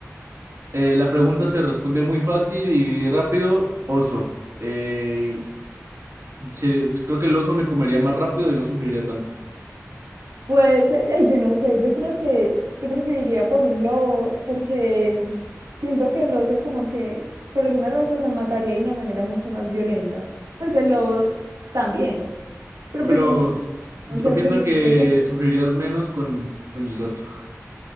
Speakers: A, on the right; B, on the right.
A: Eh, la pregunta se responde muy fácil y rápido. Oso. Eh, se- creo que el oso me comería más rápido y no sufriría tanto.
B: Pues, eh, ay, yo no sé, yo creo que yo preferiría por un lobo, porque siento que el oso como que por alguna razón me mataría de una manera mucho más violenta. Pues el lobo también, pero
A: Pero
B: pues es,
A: yo
B: no sé,
A: pienso
B: preferiría
A: que
B: que
A: sufrirías menos con, con el oso.